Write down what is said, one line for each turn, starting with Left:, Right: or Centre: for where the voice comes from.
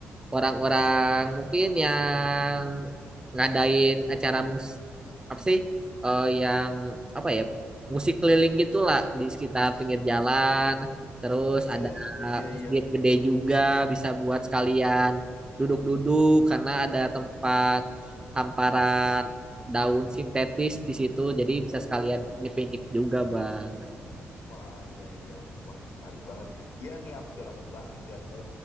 Right: orang-orang mungkin yang ngadain acara mus apa sih eh, yang apa ya musik keliling gitulah di sekitar pinggir jalan terus ada
Left: Hmm, iya,
Right: masjid
Left: iya.
Right: gede juga bisa buat sekalian duduk-duduk karena ada tempat hamparan daun sintetis di situ jadi bisa sekalian piknik-piknik juga bang.
Left: Wah, iya iya. Wah, menarik banget. Iya nih aku udah lama banget gak ke